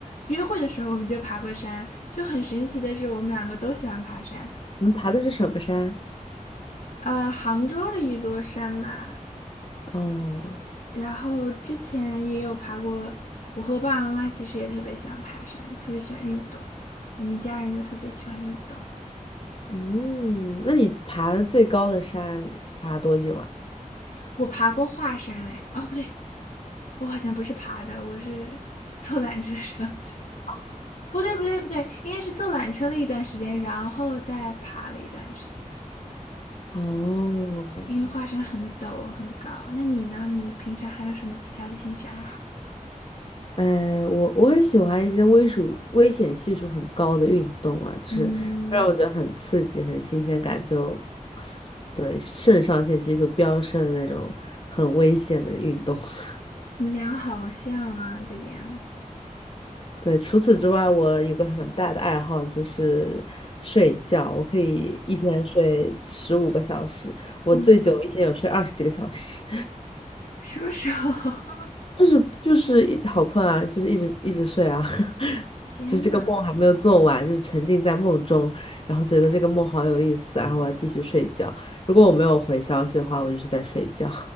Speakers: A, on the left; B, on the left.
A: 约会的时候，我们就爬过山。就很神奇的是，我们两个都喜欢爬山。
B: 你们爬的是什么山？
A: 呃，杭州的一座山吧，
B: 哦，
A: 然后之前也有爬过。我和爸爸妈妈其实也特别喜欢爬山，特别喜欢运动。我们一家人都特别喜欢运动。
B: 嗯，那你爬的最高的山爬多久啊？
A: 我爬过华山，哎，哦不对，我好像不是爬的，我是 <laughs> 坐缆车上去的。不对，不对，不对，应该是坐缆车了一段时间，然后再爬了一段时间。
B: 哦，
A: 因为华山很陡很高。那你呢？你平常还有什么其他的兴趣爱好？
B: 哎，我我很喜欢一些危属危险系数很高的运动啊，就是会让我觉得很刺激、
A: 嗯，
B: 很新鲜感就，对，肾上腺激素飙升的那种很危险的运动。<laughs>
A: 我们俩好像啊，这点。
B: 对，除此之外，我有个很大的爱好就是睡觉，我可以一天睡十五个小时，我最久一天有睡二十几个小时。
A: 嗯，什么时候？<laughs>
B: 就是就是一好困啊，就是一直一直睡啊，<laughs>
A: 天呐，
B: 就是这个梦还没有做完，就是沉浸在梦中，然后觉得这个梦好有意思，然后我要继续睡觉。如果我没有回消息的话，我就是在睡觉